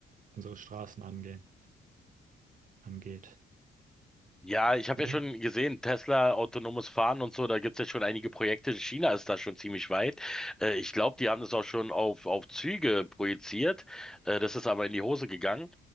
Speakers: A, on the right; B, in the centre.
A: unsere Straßen angehen, angeht,
B: Ja, ich habe
A: oder?
B: ja schon gesehen, Tesla, autonomes Fahren und so, da gibt's ja schon einige Projekte. China ist da schon ziemlich weit. Äh, ich glaube, die haben das auch schon auf, auf Züge projiziert. Äh, das ist aber in die Hose gegangen.